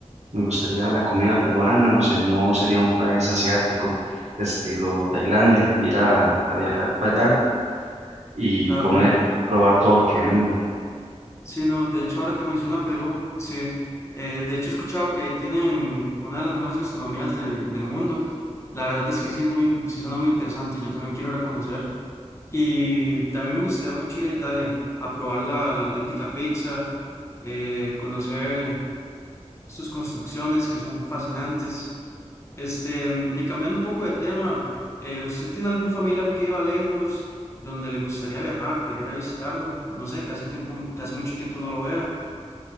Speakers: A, on the right; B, on the left.
A: me gustaría la comida peruana, o sea, no sería un país asiático, estilo Tailandia, ir a, a viajar para allá y
B: Claro.
A: comer, probar todo lo que venden.
B: Sí, no, de hecho, ahora que menciona Perú, sí, eh, de hecho he escuchado que ahí tienen una de las mejores gastronomías de- del mundo. La verdad es que sí es muy, sí suena muy interesante, yo también quiero ir a conocer. Y también me gustaría mucho ir a Italia, a probar la, la auténtica pizza, eh, conocer sus construcciones que son fascinantes. Este, mm, y cambiando un poco de tema, eh, ¿usted tiene algún familiar que iba lejos, donde le gustaría viajar para ir a visitarlo? No sé, que hace tiempo, que hace mucho tiempo no lo vea.